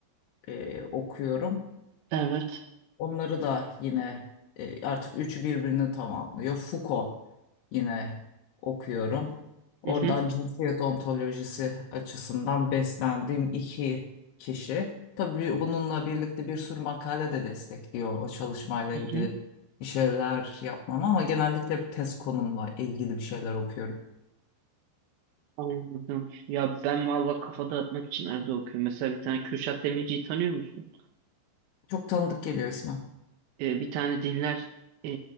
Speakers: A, on the left; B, on the right.
A: e, okuyorum.
B: Evet.
A: Onları da yine e, artık üçü birbirini tamamlıyor. Foucault yine okuyorum. Oradan
B: Hı hı,
A: cinsiyet ontolojisi açısından beslendiğim iki kişi. Tabii bununla birlikte bir sürü makale de destekliyor o çalışmayla
B: hı
A: ilgili
B: hı.
A: bir şeyler yapmam ama genellikle hep tez konumla ilgili bir şeyler okuyorum.
B: Anladım. Ya ben valla kafa dağıtmak için arada okuyorum. Mesela bir tane Kürşat Demirci'yi tanıyor musun?
A: Çok tanıdık geliyor ismi.
B: e, bir tane dinler e,